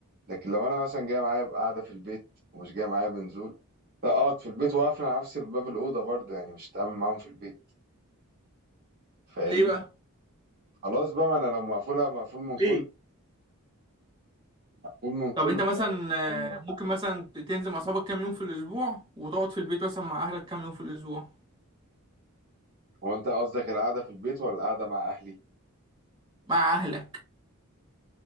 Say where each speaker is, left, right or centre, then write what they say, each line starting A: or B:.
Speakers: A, on the right; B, on the right.
A: لكن لو انا مثلا جاي معايا قاعده في البيت ومش جاي معايا بنزول لا اقعد في البيت واقفل على نفسي باب الاوضه برضه يعني مش هتعامل معاهم في البيت فاهمني
B: ليه بقى
A: خلاص بقى ما انا لو مقفولها مقفول من
B: ليه؟
A: كل مقفول من
B: طب
A: كل
B: انت
A: مش
B: مثلا
A: عارف أتعامل مع
B: آه، ممكن
A: حد.
B: مثلا ت- تنزل مع اصحابك كام يوم في الاسبوع وتقعد في البيت مثلا مع اهلك كام يوم في الاسبوع
A: هو انت قصدك القعده في البيت ولا القعده مع اهلي
B: مع اهلك